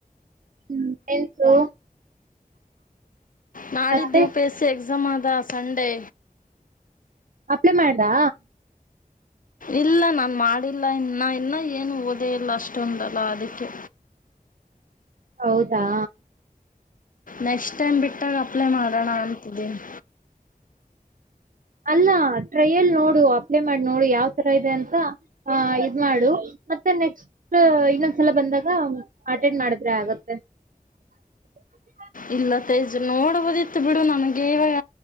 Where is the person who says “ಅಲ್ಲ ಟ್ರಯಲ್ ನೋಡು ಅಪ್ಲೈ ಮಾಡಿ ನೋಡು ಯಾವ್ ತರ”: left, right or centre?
Right